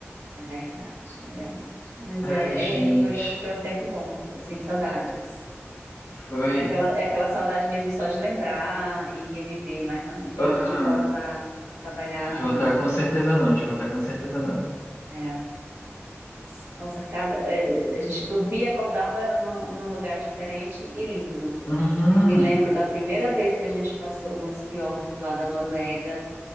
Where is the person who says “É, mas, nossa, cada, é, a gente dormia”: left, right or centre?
Right